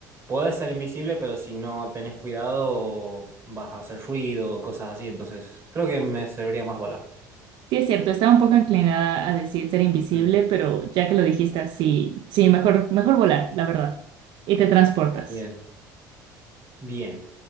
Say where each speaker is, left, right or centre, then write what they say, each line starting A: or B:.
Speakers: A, on the right; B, on the right.
A: podés ser invisible, pero si no tenés cuidado vas a hacer ruido, cosas así, entonces creo que me serviría más volar.
B: Sí, es cierto, estaba un poco inclinada a decir ser invisible,
A: Mm.
B: pero ya que lo dijiste así, sí, mejor, mejor volar, la verdad. Y te transportas.
A: Bien. Bien.